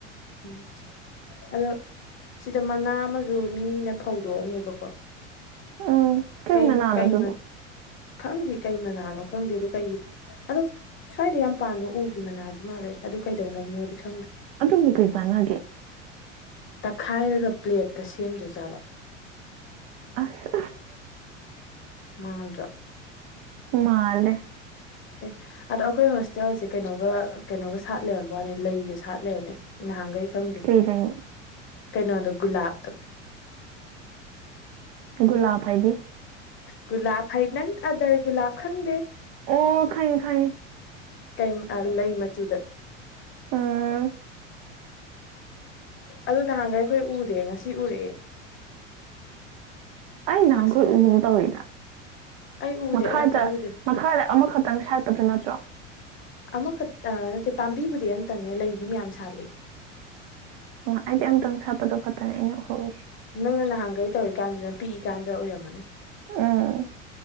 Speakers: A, on the left; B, on the right.
A: ꯎꯝ ꯑꯗꯣ ꯁꯤꯗ ꯃꯅꯥ ꯑꯃꯁꯨ ꯃꯤꯅ ꯐꯧꯗꯣꯛꯑꯝꯃꯦꯕꯀꯣ
B: ꯎꯝ
A: ꯀꯩ
B: ꯃꯅꯥꯅꯣ
A: ꯀꯩ
B: ꯑꯗꯨꯕꯨ
A: ꯈꯪꯗꯦ ꯀꯩ ꯃꯅꯥꯅꯣ ꯈꯪꯗꯦ ꯑꯗꯨꯣ ꯀꯩꯒꯤ ꯑꯗꯣ ꯁ꯭ꯋꯥꯏꯗ ꯌꯥꯝ ꯄꯥꯟꯕ ꯎꯒꯤ ꯃꯅꯥꯗꯤ ꯃꯥꯜꯂꯦ ꯑꯗꯨ ꯀꯩꯗꯧꯅꯕꯅꯣꯗꯤ ꯈꯪꯗꯦ
B: ꯑꯗꯨꯕꯨ ꯏꯒ ꯅꯦ
A: ꯇꯛꯈꯥꯏꯔꯒ ꯄ꯭ꯂꯦꯠꯀ ꯁꯦꯝꯗꯣꯏꯖꯥꯠꯂꯣ
B: ꯑꯁ
A: ꯃꯥꯗ꯭ꯔꯣ
B: ꯃꯥꯗꯦ
A: ꯑꯦ ꯑꯗꯣ ꯑꯩꯈꯣꯏ ꯍꯣꯁꯇꯦꯜꯁꯦ ꯀꯩꯅꯣꯒ ꯀꯩꯅꯣꯒ ꯁꯥꯠ ꯂꯩꯔꯝꯕ ꯋꯥꯅꯦ ꯂꯩꯒ ꯁꯥꯠ ꯂꯩꯔꯝꯃꯦ ꯅꯍꯥꯟꯈꯩ ꯈꯪꯗꯦ
B: ꯀꯩ ꯂꯩꯅꯣ
A: ꯀꯩꯅꯣꯗꯣ ꯒꯨꯂꯥꯞꯇ
B: ꯨꯒꯨꯂꯥꯐ ꯍꯥꯏꯗꯤ
A: ꯒꯨꯂꯥꯞ ꯍꯥꯏ ꯅꯪ ꯑꯥꯗꯔ ꯒꯨꯂꯥꯞ ꯈꯪꯗꯦ
B: ꯑꯣ ꯈꯪꯉꯦ ꯈꯪꯉꯦ
A: ꯀꯩ ꯂꯩ ꯃꯆꯨꯗ
B: ꯎꯝ
A: ꯑꯗꯨ ꯅꯍꯥꯟꯒ ꯑꯩꯈꯣꯏ ꯎꯗꯦ ꯉꯁꯤ ꯎꯔꯑꯦ
B: ꯑꯩ ꯅꯍꯥꯟꯒꯣꯏ
A: ꯉꯁꯤ
B: ꯎꯒꯨꯝ ꯇꯧꯏꯗ
A: ꯑꯩ ꯎꯗꯦ
B: ꯃꯈꯥꯗ
A: ꯑꯩ ꯑꯝꯇ ꯎꯗꯦ
B: ꯃꯈꯥꯗ ꯑꯃꯈꯛꯇꯪ ꯁꯥꯥꯏꯠꯄꯗꯨ ꯅꯠꯇ꯭ꯔꯣ
A: ꯑꯃꯈꯛ ꯅꯠꯇꯦ ꯄꯥꯝꯕꯤꯕꯨꯗꯤ ꯑꯝꯇꯪꯅꯦ ꯂꯩꯗꯤ ꯃꯌꯥꯝ ꯁꯥꯠꯂꯤ
B: ꯑꯣ ꯑꯩꯗꯤ ꯑꯝꯇꯪ ꯁꯥꯞꯄꯗꯣ ꯈꯣꯠꯇꯅꯤ ꯑꯩꯅ ꯎꯍꯧꯔꯤꯁꯦ
A: ꯅꯪꯅ ꯅꯍꯥꯟꯒꯩ ꯇꯧꯔꯤꯀꯥꯟꯗꯨꯗꯅ ꯄꯤꯛꯏꯀꯥꯟꯗ ꯑꯣꯏꯔꯝꯃꯅꯤ
B: ꯎꯝ